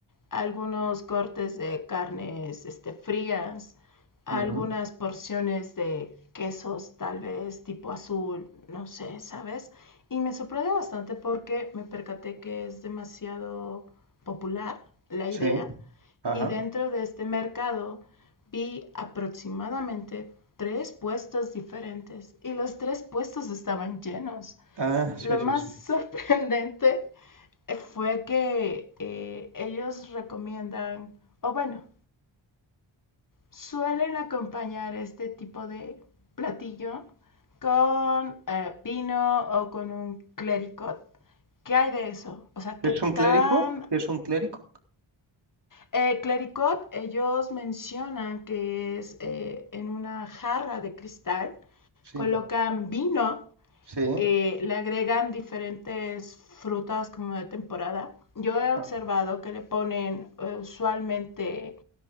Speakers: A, on the left; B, on the right.
A: algunos cortes de carnes este, frías, algunas
B: Ujú,
A: porciones de quesos tal vez tipo azul, no sé, ¿sabes? Y me sorprende bastante porque me percaté que es demasiado popular la idea.
B: Sí, ajá.
A: Y dentro de este mercado vi aproximadamente tres puestos diferentes y los tres puestos estaban llenos.
B: Ah, sí,
A: Lo
B: sí,
A: más
B: sí.
A: <laughs> sorprendente eh, fue que eh, ellos recomiendan, o bueno, suelen acompañar este tipo de platillo con eh, vino o con un clericot. ¿Qué hay de eso? O sea,
B: ¿Qué
A: ¿qué
B: es
A: tan...
B: un clérigo? ¿Qué es un clérigo?
A: Eh, clericot, ellos mencionan que es eh, en una jarra de cristal,
B: Sí,
A: colocan vino
B: sí.
A: eh, le agregan diferentes frutas como de temporada. Yo he observado
B: Ah,
A: que le ponen eh, usualmente